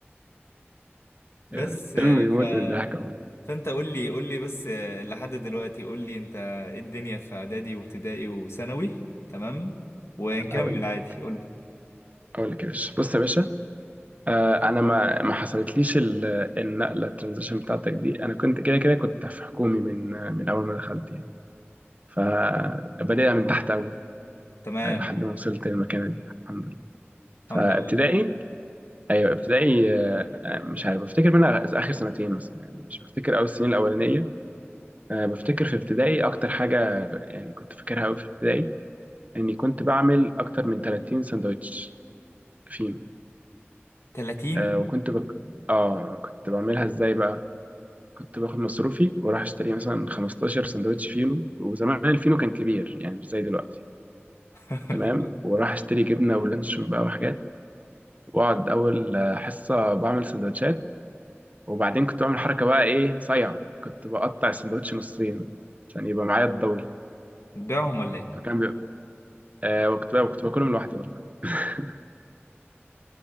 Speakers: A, on the left; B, on the right.
A: بس
B: يعني فيلم
A: آه، ف
B: يموت من الضحك عموما
A: فانت قول لي قول لي بس آه، لحد دلوقتي قول لي انت ايه الدنيا في اعدادي وابتدائي وثانوي تمام ونكمل
B: اقول لك
A: عادي قول لي
B: اقول لك يا باشا بص يا باشا آه انا ما ما حصلتليش ال- النقله الترانزيشن بتاعتك دي انا كنت كده كده كنت في حكومي من آه، من اول ما دخلت يعني فبدأت من تحت قوي
A: تمام
B: آه، لحد ما وصلت للمكانه دي الحمد لله فابتدائي
A: الحمد لله
B: ايوه ابتدائي آه، مش عارف بفتكر منها اخر سنتين مثلا يعني مش بفتكر اول السنين الاولانيه أه بفتكر في ابتدائي أكتر حاجة يعني كنت فاكرها أوي في ابتدائي إني كنت بعمل أكتر من 30 سندوتش فين
A: 30
B: أه وكنت بك... آه كنت بعملها إزاي بقى كنت باخد مصروفي وأروح أشتري مثلا 15 سندوتش فينو وزمان الفينو كان كبير يعني مش زي دلوقتي
A: <laughs>
B: تمام وراح أشتري جبنة ولانشون بقى وحاجات وأقعد أول آه، حصة بعمل سندوتشات وبعدين كنت بعمل حركة بقى إيه صايعة كنت بقطع السندوتش نصين عشان يبقى معايا الدبل
A: بتبيعهم ولا ايه
B: فكان بيبقى آه وكنت بقى وكنت باكلهم لوحدي والله <laughs>